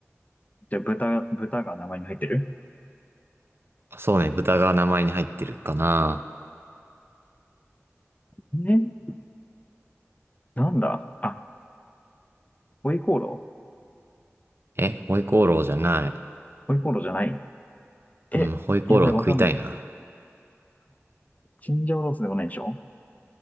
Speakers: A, on the left (about 30°); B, on the right (about 50°).
A: じゃあ豚、豚が名前に入ってる
B: そうね、豚が名前に入ってるかな。
A: えーなんだあ、ホイコーロー
B: え、ホイコーローじゃない。
A: ホイコーローじゃないえ、
B: うん、ホイコーロー食いたいな。
A: やばい、わかんない。チンジャオロースでもないでしょ